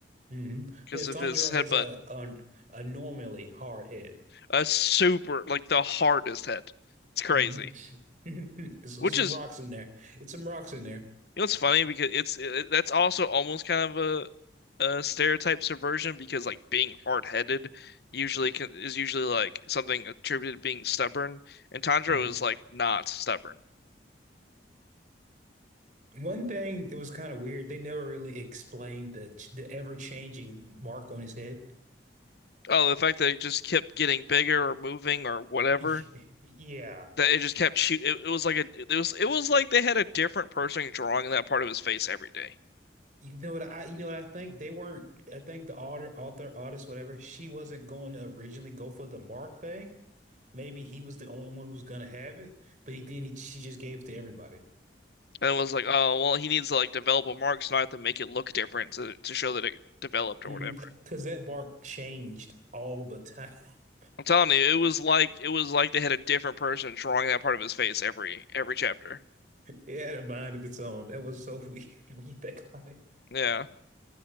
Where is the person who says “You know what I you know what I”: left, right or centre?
Right